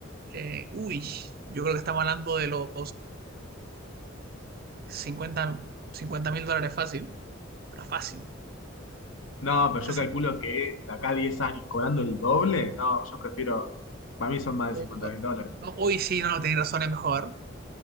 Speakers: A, on the right; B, on the left.
A: eh, uy, yo creo que estamos hablando de los cincuenta cincuenta mil dólares fácil. Pero fácil.
B: No, pero
A: 60.
B: yo calculo que de acá a 10 años, cobrando el doble, no, yo prefiero, para mí son más de
A: Uy,
B: cincuenta
A: va.
B: mil dólares,
A: No, hoy sí, no, tenéis razón, es mejor.